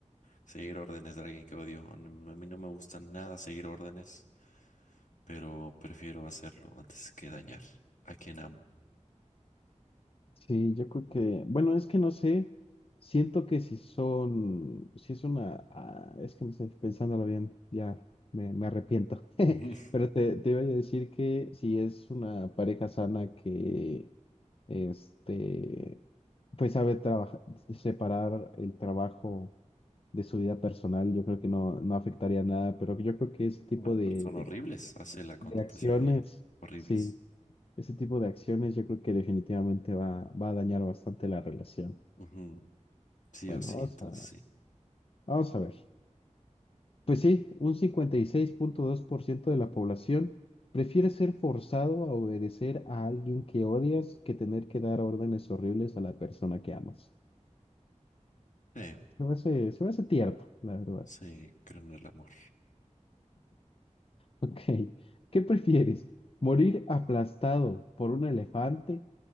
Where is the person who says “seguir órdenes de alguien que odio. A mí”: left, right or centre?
Left